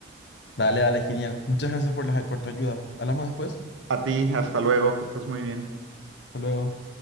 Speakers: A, on the left; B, on the right.
A: dale, dale, genial. Muchas gracias por, las, por tu ayuda. Hablamos después.
B: A ti, hasta luego, que estés muy bien.
A: Hasta luego.